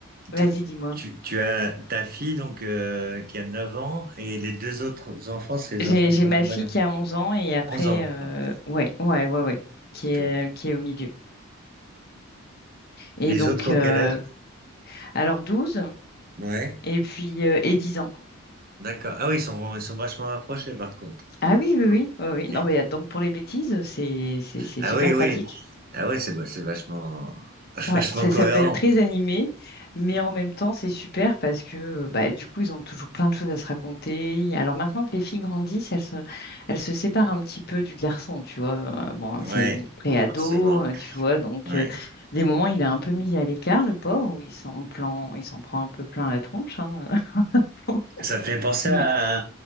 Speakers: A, on the left (about 45°); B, on the right (about 40°).
A: vas-y,
B: Tu,
A: dis-moi.
B: tu- tu as ta fille donc euh, qui a 9 ans et les deux autres enfants, c'est les
A: J'ai,
B: enfants de
A: j'ai
B: ton
A: ma
B: compagnon.
A: fille qui a 11 ans et après,
B: 11 ans.
A: euh,
B: pardon.
A: ouais, ouais, ouais, ouais, qui
B: Ok.
A: est, qui est au milieu. Et
B: Les
A: donc,
B: autres ont
A: euh,
B: quel âge?
A: alors 12
B: Ouais.
A: et puis euh, et 10 ans.
B: D'accord. Ah oui, ils sont, ils sont vachement rapprochés par contre.
A: Ah oui,
B: D'accord.
A: oui, oui, oui, oui.
B: Ok.
A: Non, mais donc pour les bêtises, c'est c'est c'est
B: Ah
A: super
B: oui,
A: pratique.
B: oui. Ah oui, c'est c'est vachement, <laughs>
A: Ouais,
B: vachement
A: ça,
B: cohérent.
A: ça peut être très animé, mais en même temps, c'est super parce que bah, du coup, ils ont toujours plein de choses à se raconter. Alors maintenant que les filles grandissent, elles se, elles se séparent un petit peu du garçon, tu vois. Euh, Bon,
B: Ouais,
A: c'est une pré-ado,
B: forcément.
A: euh, tu vois. Donc,
B: Ouais.
A: euh, des moments, il est un peu mis à l'écart, le pauvre, où il s'en plan, il s'en prend un peu plein la tronche. hein. <laughs>
B: Ça me fait penser
A: Mais,
B: à,